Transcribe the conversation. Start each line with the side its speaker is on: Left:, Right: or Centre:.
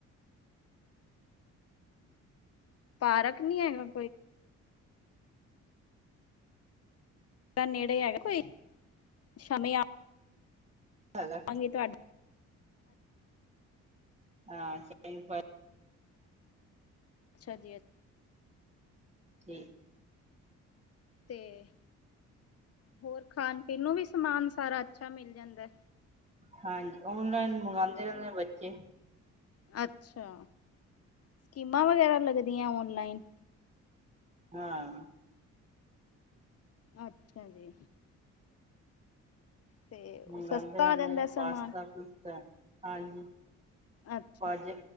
Left: ਫਰਕ ਨਹੀਂ ਹੈਗਾ, ਕੋਈ? ਨੇੜੇ ਹੈਗਾ ਕੋਈ, ਸ਼ਮੇ ਆ
Right: ਹੈਗਾ।
Left: ਤੁਹਾਡੇ
Right: ਹਾਂ, ਸਹੀਂ ਪਰ
Left: ਅੱਛਾ ਜੀ, ਅੱ
Right: ਕੀ?
Left: ਤੇ, ਹੋਰ ਖਾਣ-ਪੀਣ ਨੂੰ ਵੀ ਸਮਾਨ, ਸਾਰਾ ਅੱਛਾ ਮਿਲ ਜਾਂਦਾ?
Right: ਹਾਂਜੀ, ਓਨਲਾਈਨ ਮੰਗਾਂਦੇ ਰਹਿੰਦੇ ਨੇ, ਬੱਚੇ।
Left: ਅੱਛਾ, ਸਕੀਮਾਂ ਵਗੈਰਾ ਲੱਗਦੀਆਂ, ਓਨਲਾਈਨ?
Right: ਹਾਂ
Left: ਅੱਛਾ ਜੀ। ਤੇ
Right: ਮੰਗਾਂਦੇ
Left: ਸਸਤਾ
Right: ਰਹਿੰਦੇ
Left: ਆ ਜਾਂਦਾ
Right: ਨੇ,
Left: ਸਮਾਨ।
Right: ਪਾਸਤਾ-ਪੁਸਤਾ ਹਾਂਜੀ।
Left: ਅੱਛਾ।
Right: ਅੱਜ